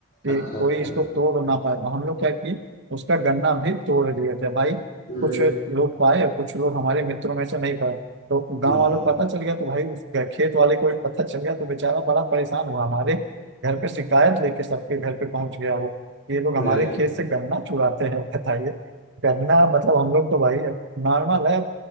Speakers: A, on the right; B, on the left.
A: कि
B: अच्छा अच्छा
A: कोई इसको तोड़ ना पाए तो हम लोग क्या किए उसका गन्ना भी तोड़ लिए थे भाई
B: अरे
A: कुछ लोग पाए और कुछ लोग हमारे मित्रों में से नहीं पाए तो गांव
B: हम्म
A: वालों को पता चल गया तो भाई उसके खेत वाले को भी पता चल गया तो बेचारा बड़ा परेशान हुआ हमारे घर पे शिकायत लेके सबके घर पे पहुंच गया वो ये लोग
B: अरे
A: हमारे खेत से गन्ना चुराते हैं बताइए गन्ना मतलब हम लोग तो भाई नॉर्मल है